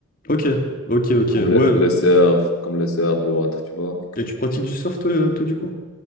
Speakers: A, on the left; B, on the left.
A: Ok, ok, ok,
B: Comme le,
A: ouais.
B: le surf, comme le surf ou autre, tu vois.
A: Et tu pratiques du surf, toi, euh, toi, du coup?